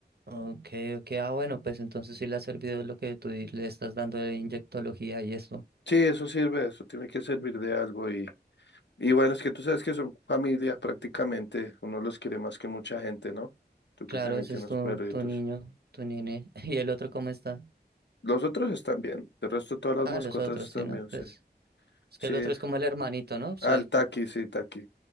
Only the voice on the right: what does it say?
Ok, ok. Ah, bueno, pues entonces sí le ha servido lo que tú di- le estás dando de inyectología y esto.
Claro,
ese
es tu,
tu niño, tu nene. <laughs> ¿Y el otro cómo está?
Ah,
los otros,
sí, ¿no?
Pues...
Es que
el otro es como el hermanito, ¿no? Se-